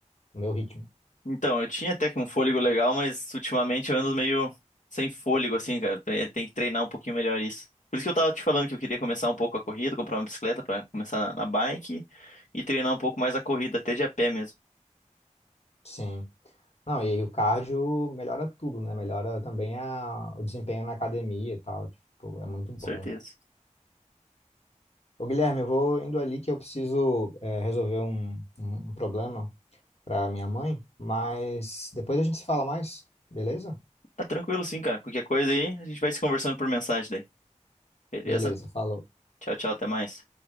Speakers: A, on the left; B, on the left.
A: No meu ritmo.
B: Então, eu tinha até que um fôlego legal, mas ultimamente eu ando meio sem fôlego, assim, cara. Tem tem que treinar um pouquinho melhor isso. Por isso que eu tava te falando que eu queria começar um pouco a corrida, comprar uma bicicleta pra começar na na bike e treinar um pouco mais a corrida, até de a pé mesmo,
A: Sim. Não, e aí o cardio melhora tudo, né? Melhora também a, o desempenho na academia e tal. Tipo, é muito
B: com
A: bom.
B: certeza.
A: Ô, Guilherme, eu vou indo ali que eu preciso é, resolver um, um, um problema para minha mãe, mas depois a gente se fala mais, beleza?
B: Tá tranquilo sim, cara. Qualquer coisa aí, a gente vai se conversando por mensagem daí. Beleza?
A: Beleza, falou.
B: Tchau, tchau, até mais.